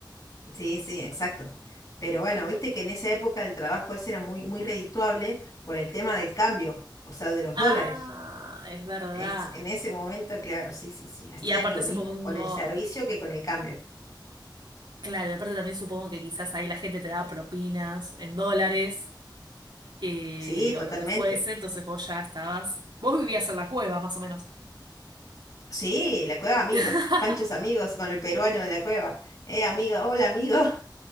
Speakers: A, on the left (about 45°); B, on the right (about 75°).
A: Sí, sí, exacto. Pero bueno, viste que en esa época el trabajo ese era muy, muy redituable por el tema del cambio, o sea, de los
B: Ah,
A: dólares.
B: es verdad.
A: Es, en ese momento, claro, sí, sí, sí. Hacías
B: Y aparte
A: lo
B: supongo
A: mismo con el servicio que con el cambio.
B: Claro, y aparte también supongo que quizás ahí la gente te daba propinas en dólares eh,
A: Sí, totalmente.
B: o lo que fuese, entonces vos ya estabas. Vos vivías en la cueva, más o menos.
A: Sí, la cueva amigos,
B: <laughs>
A: Panchos amigos con el peruano de la cueva. Eh, amigo, hola amigo. <laughs>